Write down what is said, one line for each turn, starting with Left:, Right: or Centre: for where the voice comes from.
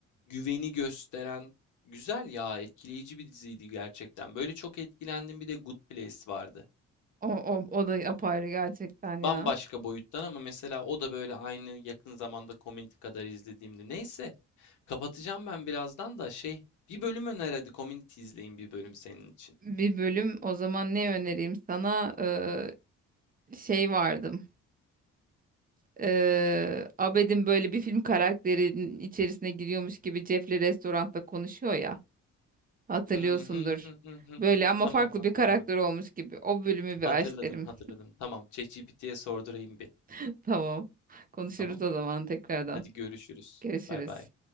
Left: güveni gösteren güzel ya etkileyici bir diziydi gerçekten. Böyle çok etkilendim bir de Good Place vardı.
Right: O, o, o da apayrı gerçekten ya.
Left: Bambaşka boyuttan ama mesela o da böyle aynı yakın zamanda Community kadar izlediğimdi. Neyse Kapatacağım ben birazdan da şey, bir bölüm öner hadi Community izleyin bir bölüm senin için.
Right: Bir bölüm o zaman ne önereyim sana? Ee, şey vardım. Ee, Abed'in böyle bir film karakterinin içerisine giriyormuş gibi Jeff'le restoranda konuşuyor ya. Hatırlıyorsundur.
Left: Hı hı hı hı hı
Right: Böyle
Left: hı.
Right: ama
Left: Tamam
Right: farklı
Left: hatırladım.
Right: bir karakter olmuş gibi. O bölümü
Left: Hatırladım
Right: bir aç derim.
Left: hatırladım. Tamam ChatGPT'ye ye sordurayım bir.
Right: <laughs> Tamam. Konuşuruz
Left: Tamam.
Right: o zaman tekrardan.
Left: Hadi görüşürüz.
Right: Görüşürüz.
Left: Bay bay.